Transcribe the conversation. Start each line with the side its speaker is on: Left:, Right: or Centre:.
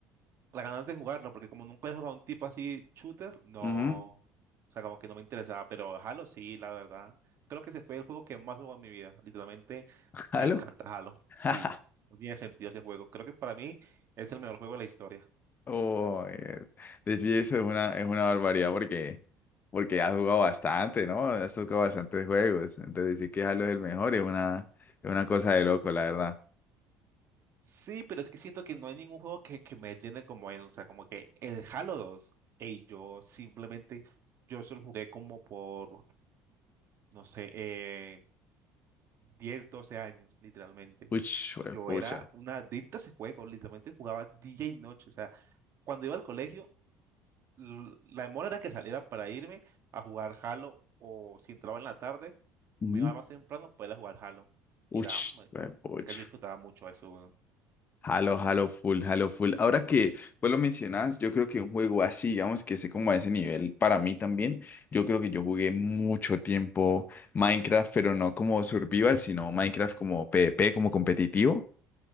Right: las ganas de jugarlo, porque como nunca he jugado a un tipo así shooter, no,
Left: Ujú.
Right: o sea, como que no me interesaba, pero Halo sí, la verdad. Creo que ese fue el juego que más jugó en mi vida. Literalmente
Left: ¿Halo?
Right: me encanta Halo.
Left: <laughs>
Right: Sí, no tiene sentido ese juego. Creo que para mí es el mejor juego de la historia.
Left: Oh, eh, decir eso es una, es una barbaridad porque, porque has jugado bastante, ¿no? Has tocado bastantes juegos. Entonces decir que Halo es el mejor es una, es una cosa de loco, la verdad.
Right: Sí, pero es que siento que no hay ningún juego que, que me llene como él. O sea, como que el Halo dos, ey, yo simplemente, yo solo jugué como por, no sé, eh, 10, 12 años, literalmente.
Left: Uch,
Right: Y yo
Left: pucha.
Right: era una adicta a ese juego, literalmente jugaba día y noche. O sea, cuando iba al colegio, l- la demora era que saliera para irme a jugar Halo, o si entraba en la tarde, me
Left: Ujú.
Right: iba más temprano para ir a jugar Halo. Y
Left: Uch,
Right: era,
Left: pucha.
Right: de que yo disfrutaba mucho eso,
Left: Halo, Halo full, Halo full. Ahora que pues lo mencionas, yo creo que un juego así, digamos que sé como a ese nivel, para mí también, yo creo que yo jugué mucho tiempo Minecraft, pero no como survival, sino Minecraft como PvP, como competitivo.